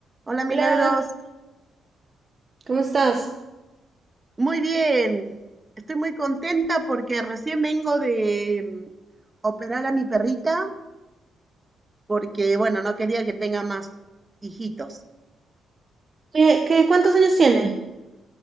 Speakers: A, on the right; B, on the right.
A: Hola Milagros,
B: Hola, ¿cómo estás?
A: muy bien. Estoy muy contenta porque recién vengo de mm, operar a mi perrita porque, bueno, no quería que tenga más hijitos.
B: ¿Qué, qué, cuántos años tienes?